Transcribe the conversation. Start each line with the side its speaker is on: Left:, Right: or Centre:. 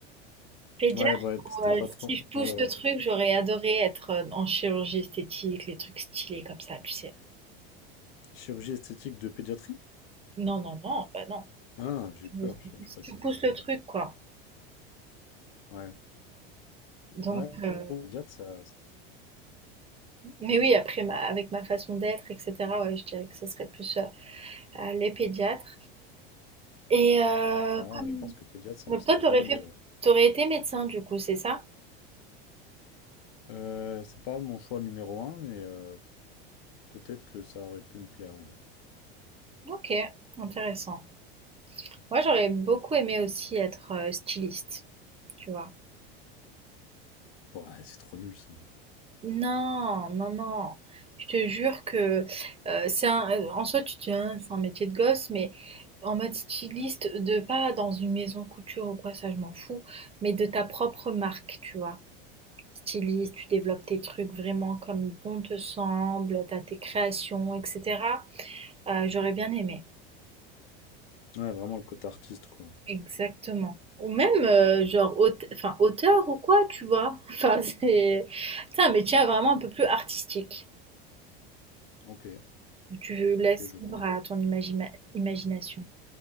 Right: Pédiatre,
Left: Ouais, ouais, parce que t'aimes
Right: euh,
Left: pas trop.
Right: si je pousse
Left: Ouais,
Right: le
Left: ouais.
Right: truc, j'aurais adoré être euh, en chirurgie esthétique, les trucs stylés comme ça, tu sais.
Left: Chirurgie esthétique de pédiatrie?
Right: Non, non, non, bah non.
Left: Ah, j'ai eu peur.
Right: Mais
Left: Je, je
Right: si
Left: croyais
Right: Tu
Left: que ça
Right: pousses
Left: existait.
Right: le truc, quoi.
Left: Ouais.
Right: Donc,
Left: Ouais,
Right: euh,
Left: pédiatre, ça,
Right: mais oui, après, ma- avec ma façon d'être, etc., ouais, je dirais que ce serait plus euh, euh, les pédiatres. Et euh,
Left: etc.
Right: comme-
Left: Je pense que pédiatre, ça
Right: donc
Left: me serait
Right: toi, t'aurais
Left: bien allé,
Right: fait,
Left: ouais.
Right: t'aurais été médecin, du coup, c'est ça?
Left: Euh, c'est pas mon choix numéro un, mais euh, peut-être que ça aurait pu me plaire, ouais.
Right: Ok, intéressant. Moi, j'aurais beaucoup aimé aussi être euh, styliste, tu vois.
Left: Ouais, c'est trop nul ça.
Right: Non, non, non. Je te jure que euh, c'est un, euh, en soi, tu te dis, Hein, c'est un métier de gosse, mais en mode styliste, de pas dans une maison couture ou quoi, ça, je m'en fous, mais de ta propre marque, tu vois. Styliste, tu développes tes trucs vraiment comme bon te semble, t'as tes créations, etc. Euh, j'aurais bien aimé.
Left: Ouais, vraiment le côté artiste, quoi.
Right: Exactement. Ou même, euh, genre, haute- enfin, auteur ou quoi, tu vois. <laughs> Enfin, c'est c'est un métier vraiment un peu plus artistique.
Left: Ok,
Right: où Tu laisses
Left: ok, je vois.
Right: libre à ton imagina- imagination,